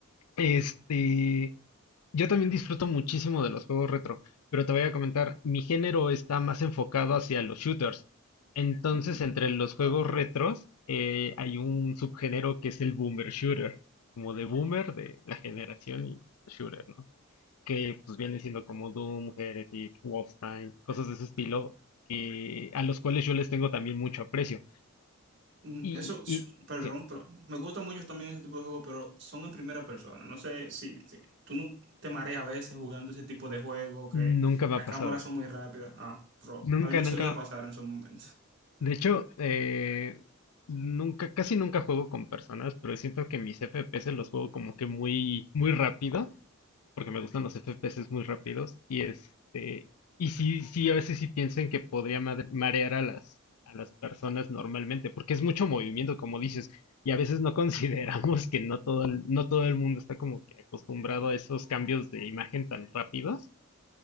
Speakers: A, on the left (about 90°); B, on the right (about 55°).
A: este, Yo también disfruto muchísimo de los juegos retro, pero te voy a comentar, mi género está más enfocado hacia los shooters. Entonces,
B: Mm,
A: entre los juegos
B: ah.
A: retros, eh, hay un subgénero que es el boomer shooter, como de boomer de la generación y shooter, ¿no? Que pues vienen siendo como Doom, Heretic, Wolfenstein, cosas de ese estilo, que, a los cuales yo les tengo también mucho aprecio.
B: Mm,
A: Y,
B: Eso, s-
A: y
B: perdón,
A: sí,
B: pero me gusta mucho también ese tipo de juegos, pero son en primera persona. No sé si, si tú no te mareas a veces jugando ese tipo de juego, que
A: nunca me
B: las
A: ha pasado.
B: cámaras son muy rápidas. Ah, pero
A: Nunca,
B: a mí me
A: nunca.
B: solía pasar en su momento. <laughs>
A: De hecho, eh, nunca, casi nunca juego con personas, pero siento que mis FPS los juego como que muy, muy rápido, porque me gustan los FPS muy rápidos. Y este, y sí, sí, a veces sí pienso en que podría madre- marear a las, a las personas normalmente, porque es mucho movimiento, como dices, y a veces no <laughs> consideramos que no todo el, no todo el mundo está como que acostumbrado a esos cambios de imagen tan rápidos.